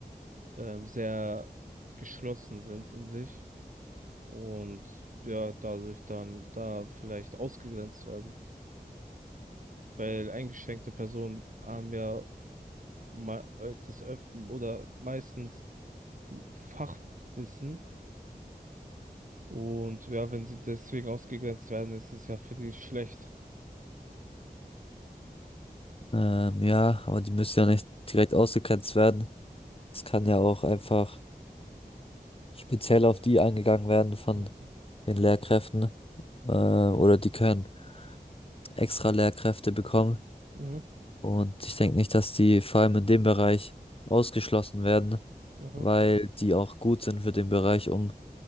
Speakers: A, on the right; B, on the left.
A: ähm, sehr geschlossen sind in sich und ja, dadurch dann da vielleicht ausgegrenzt werden. Weil eingeschränkte Personen haben ja mei- äh, des Öfteren oder meistens Fachwissen und ja, wenn sie deswegen ausgegrenzt werden, ist es ja für die schlecht.
B: Ähm, ja, aber die müssen ja nicht direkt ausgegrenzt werden. Es kann ja auch einfach speziell auf die eingegangen werden von
A: Mhm.
B: den Lehrkräften. Äh, oder die können extra Lehrkräfte bekommen.
A: Mhm.
B: Und ich denke nicht, dass die vor allem in dem Bereich ausgeschlossen werden,
A: Mhm.
B: weil die auch gut sind für den Bereich. Um,